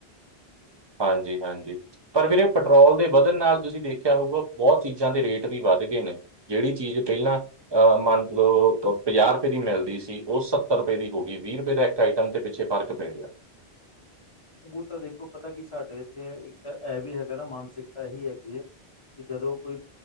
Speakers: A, on the right; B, on the left.
A: ਹਾਂਜੀ- ਹਾਂਜੀ। ਪਰ ਵੀਰੇ ਇਹ ਪੈਟਰੋਲ ਦੇ ਵਧਣ ਨਾਲ ਤੁਸੀਂ ਦੇਖਿਆ ਹੋਊਗਾ ਬਹੁਤ ਚੀਜ਼ਾਂ ਦੇ ਰੇਟ ਵੀ ਵੱਧ ਗਏ ਨੇ। ਜਿਹੜੀ ਚੀਜ਼ ਪਹਿਲਾਂ ਮੰਨ ਲਓ ਪੰਜਾਹ ਰੁਪਏ ਦੀ ਮਿਲਦੀ ਸੀ ਉਹ ਸੱਤਰ ਰੁਪਏ ਦੀ ਹੋ ਗਈ ਵੀਹ ਰੁਪਏ ਦਾ ਆਈਟਮ ਤੇ ਪਿੱਛੇ ਫਰਕ ਪੈ ਗਿਆ।
B: ਉਹ ਤਾਂ ਦੇਖੋ ਪਤਾ ਕਿ ਸਾਡੇ ਇੱਥੇ ਇੱਕ ਤਾਂ ਇਹ ਵੀ ਹੈਗਾ ਨਾ ਮਾਨਸਿਕਤਾ ਇਹੀ ਹੈਗੀ ਹੈ। ਕਿ ਜਦੋਂ ਕੋਈ,